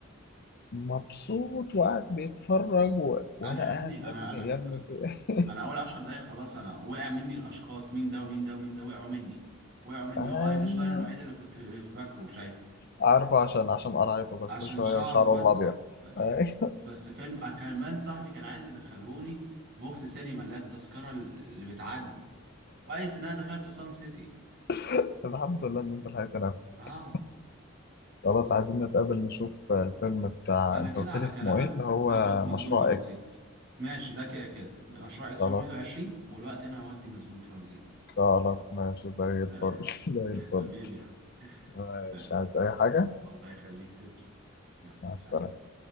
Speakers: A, on the left; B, on the right.
A: مبسوط وقاعد بيتفرج و... وانا
B: انا
A: قاعد
B: يا ابني
A: يا
B: انا
A: ابني
B: انا
A: يا ابني في... <laughs>
B: انا اول عشر دقايق خلاص انا وقع مني الاشخاص مين ده ومين ده ومين ده وقعوا مني وقعوا مني
A: ايوه
B: هو اينشتاين الوحيد اللي كنت فاكره شايف
A: عارفه عشان عشان قرعته بس
B: عشان
A: شوية
B: شعره
A: وشعره
B: بس
A: الأبيض
B: بس
A: أيوة.
B: بس, بس فيلم آه، كمان صاحبي كان عايز يدخلهوني فوكس سينما اللي هي التذكره اللي بتعدي كويس ان انا دخلته سان سيتي
A: <laughs> الحمد لله إن أنت لحقت نفسك
B: اه
A: خلاص عايزين نتقابل نشوف الفيلم بتاع
B: انا
A: أنت
B: كده
A: قلت
B: على
A: لي اسمه
B: كلامك
A: إيه اللي هو
B: هاخد مسجون
A: مشروع
B: ترانزيت
A: إكس
B: ماشي ده كده كده مشروع اكس
A: خلاص
B: يوم 21 والوقت انا هودي مسجون ترانزيت
A: خلاص ماشي زي
B: <laughs>
A: الفل
B: تمام
A: <laughs> زي الفل
B: حبيبي يا أحمد.
A: ماشي
B: تمام
A: عايز أي حاجة
B: الله يخليك تسلم يلا
A: مع
B: سلام
A: السلامة